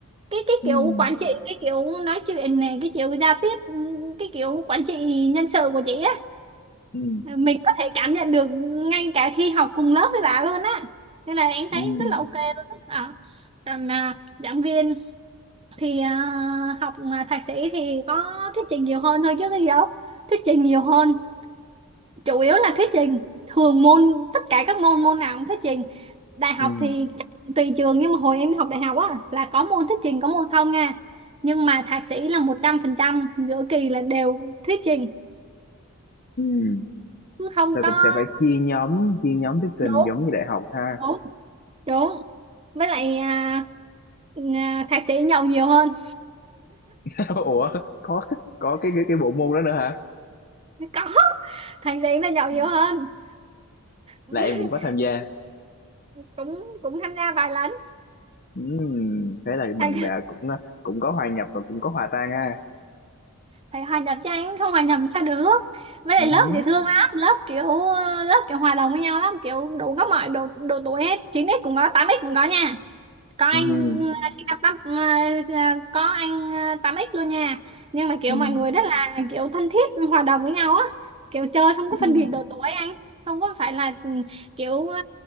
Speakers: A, on the right (about 25°); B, on the left (about 40°).
A: cái cái
B: ừm,
A: kiểu quản trị cái kiểu nói chuyện này cái kiểu giao tiếp cái kiểu quản trị nhân sự của chị á
B: ừm,
A: mình có thể cảm nhận được ngay cả khi học cùng lớp với bà luôn á nên là em
B: ừm,
A: thấy rất là ok luôn á Ờ. còn à, giảng viên thì à, học mà thạc sĩ thì có thuyết trình nhiều hơn thôi chứ cái gì đâu thuyết trình nhiều hơn chủ yếu là thuyết trình thường môn tất cả các môn môn nào cũng thuyết trình đại học
B: ừm,
A: thì chắc tùy trường nhưng mà hồi em học đại học á là có môn thuyết trình có môn không nha nhưng mà thạc sĩ là một trăm phần trăm giữa kỳ là đều thuyết trình
B: ừm.
A: chứ không
B: Rồi
A: có
B: cũng sẽ phải chia nhóm chia nhóm thuyết trình
A: đúng
B: giống như đại học ha
A: đúng đúng với lại à, à, thạc sĩ nhậu nhiều hơn
B: <laughs> ủa có có cái cái cái bộ môn đó nữa hả
A: có thạc sĩ là nhậu
B: Ừ.
A: nhiều hơn <laughs>
B: là em cũng có tham gia
A: cũng cũng tham gia vài lần
B: Ừm, thế là mình
A: thạc
B: à, cũng à, cũng có hòa nhập và cũng có hòa tan ha
A: phải hòa nhập cho anh không hòa nhập sao được với lại
B: Ừm,
A: lớp dễ thương lắm lớp kiểu ờ, lớp kiểu hòa đồng với nhau lắm kiểu đủ các mọi độ độ tuổi hết 9x cũng có tám x cũng có nha có anh
B: ừm,
A: sinh năm tám ờ, có anh ờ, 8x luôn nha nhưng mà kiểu
B: ừm,
A: mọi người rất là kiểu thân thiết hòa đồng với nhau á kiểu chơi không có
B: ừm,
A: phân biệt độ tuổi anh không có phải là ừ, kiểu ờ,